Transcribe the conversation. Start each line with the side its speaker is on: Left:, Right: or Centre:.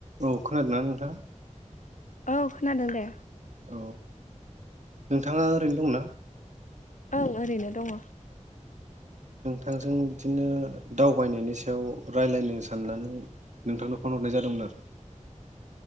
Right: औ खोनादोंना नोंथाङा?
Left: औ खोनादों दे।
Right: औ नोंथाङा ओरैनो दंना?
Left: ओं ओरैनो दङ'।
Right: थांजों बिदिनो दावबायनायनि सायाव रायलायनो साननानै नोंथांनो फन हरनाय जादोंमोन आरो।